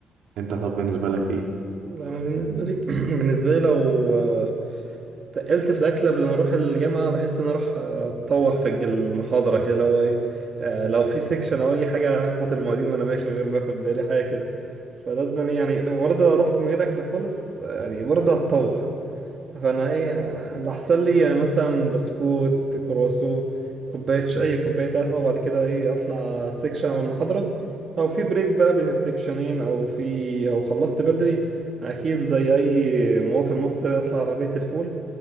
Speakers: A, on the right (about 80°); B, on the right (about 45°).
A: انت طب بالنسبه لك ايه
B: لا، أنا بالنسبة لي <clears throat> بالنسبة لي لو آه، تقلت في الأكل قبل ما أروح الجامعة بحس إن أنا أروح آه، أتطوح في الج- المحاضرة كده لو إيه آه، لو في سيكشن أو أي حاجة هخبط المعيدين وأنا ماشي من غير ما آخد بالي حاجة كده فلازم إيه يعني لو برضه لو رحت من غير أكل خالص آه، يعني برضه هتطوح فانا ايه اللي احسن لي يعني مثلا بسكوت كرواسو كوبايه ش- اي كوبايه قهوه وبعد كده ايه اطلع على السكشن او المحاضره او في بريك بقى بين السكشنين او في او خلصت بدري اكيد زي اي مواطن مصري اطلع عربيه الفول